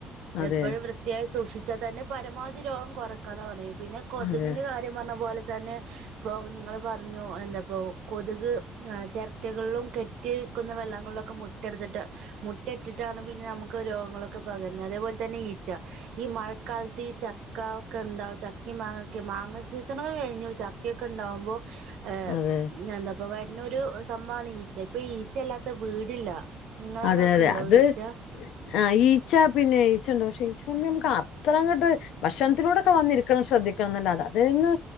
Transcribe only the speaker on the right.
എപ്പഴും വൃ ത്തിയായി സൂക്ഷിച്ചാൽ തന്നെ പരമാവധി രോഗം കൊറയ്ക്കാന്ന് പറയും. പിന്നെ കൊതുകിൻ്റെ
കാര്യം പറഞ്ഞ പോലെ തന്നെ ഇപ്പൊ നിങ്ങള് പറഞ്ഞു എന്താപ്പൊ കൊതുക് ഈഹ് ചെരട്ടകളിലും കെട് ട്ടി നിൽക്കുന്ന വെള്ളങ്ങളിലൊക്കെ മുട്ടെട്ത്തിട്ട് മുട്ട ഇട്ടിട്ടാണ് പിന്നെ നമുക്ക് രോഗങ്ങളൊക്കെ പകരുന്നത്. അതേപോലെ തന്നെ ഈച്ച ഈ മഴക്കാലത്ത് ഈ ചക്ക ഒക്കെ എന്താവ ചക്കയും മാങ്ങയൊക്കെ. മാങ്ങ സീസണൊക്കെ കഴിഞ്ഞു. ചക് ക്കയൊക്കെ ഇണ്ടാവുമ്പോ ഏഹ്
എന്താപ്പൊ വരുന്നൊരു സംഭവാണ് ഈച്ച. ഇപ്പൊ ഈച്ച ഇല്ലാത്ത വീടില്ല. നിങ്ങളവിടൊക്കെ
ഉണ്ടോ
ഈച്ച